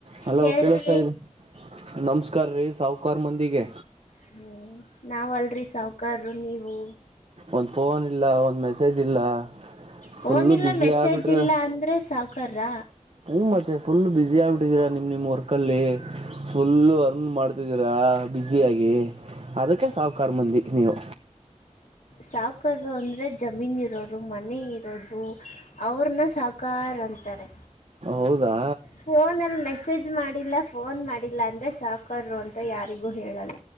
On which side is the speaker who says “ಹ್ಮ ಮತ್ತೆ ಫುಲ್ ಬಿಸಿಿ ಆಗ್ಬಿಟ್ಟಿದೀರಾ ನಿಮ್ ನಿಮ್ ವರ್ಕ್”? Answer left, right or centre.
Right